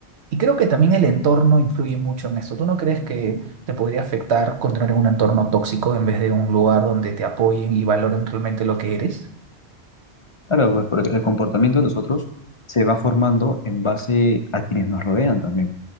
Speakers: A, on the right; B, on the left.
A: Y creo que también el entorno influye mucho en esto. ¿Tú no crees que te podría afectar continuar en un entorno tóxico en vez de un lugar donde te apoyen y valoren realmente lo que eres?
B: Claro, pues porque el comportamiento de nosotros se va formando en base a quienes nos rodean también,